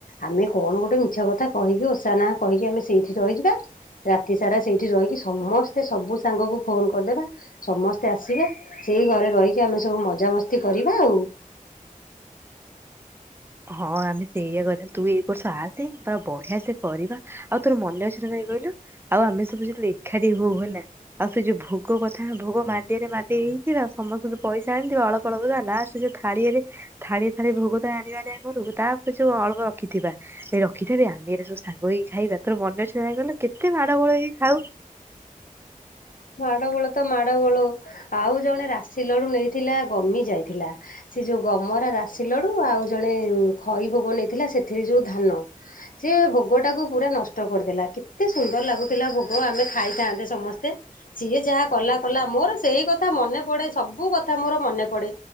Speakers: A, on the left; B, on the right.
A: ଆମେ କଣ ଗୋଟେ ମିଛ କଥା କହିକି ଓଷା ନାଁ କହିକି ଆମେ ସେଇଠି ରହିଯିବା ରାତି ସାରା ସେଇଠି ରହିକି ସମସ୍ତେ ସବୁ ସାଙ୍ଗକୁ ଫୋନ୍ କରିଦେବା ସମସ୍ତେ ଆସିବେ ସେଇ ଘରେ ରହିକି ଆମେ ସବୁ ମଜାମସ୍ତି କରିବା ଆଉ
B: ହଁ ଆମେ ସେଇଆ କରିବା। ତୁ ଏଇ ବର୍ଷ ଆସେ ବା ବଢ଼ିଆ ସେ କରିବା ଆଉ ତୋର ମନେ ଅଛି ନା ନାଇଁ କହିଲୁ? ଆଉ ଆମେ ସବୁ ଯେତେଳେ ଏଖାଠି ହଉ ହେଲା ଆଉ ସେ ଯୋଉ ଭୋଗ କଥା ଭୋଗ ମାଣ୍ଡିଆରେ ମାଣ୍ଡିଆଏ ହେଇଥିଲା ସମସ୍ତଙ୍କୁ ପଇସା ଆଣିଥିବ ଅଳପ ଫଳବୁଦା ଲାଷ୍ଟରେ ଥାଳିଆରେ ଥାଳିଏ ଥାଳିଏ ଭୋଗ ତ ଆଣିବା ସେ ଘରୁ ତା ପରେ ଯୋଉ ଅଳପ ରଖିଥିବା ଏ ରଖିଥିବେ ଆମେ ଏଗୁରା ସବୁ ସାଙ୍ଗ ହେଇକି ଖାଇବା ତୋର ମନେ ଅଛି ନା ନାଇଁ କହିଲୁ କେତେ ମାଡ଼ ଗୋଳ ହେଇ ଖାଉ
A: ମାଡ଼ ଗୋଳ ତ ମାଡ଼ ଗୋଳ ଆଉ ଜଣେ ରାଶି ଲଡ଼ୁ ନେଇଥିଲା ଗମି ଯାଇଥିଲା ସେ ଯୋଉ ଗମରା ରାଶି ଲଡ଼ୁ ଆଉ ଜଣେ ଖଇ ଭୋଗ ନେଇଥିଲା ସେଥିରେ ଯୋଉ ଧାନ ସେ ଭୋଗଟାକୁ ପୁରା ନଷ୍ଟ କରିଦେଲା କେତେ ସୁନ୍ଦର ଲାଗୁଥିଲା ଭୋଗ ଆମେ ଖାଇଥାନ୍ତେ ସମସ୍ତେ ସିଏ ଯାହା କଲା କଲା ମୋର ସେଇ କଥା ମନେ ପଡେ ସବୁ କଥା ମୋର ମନେ ପଡେ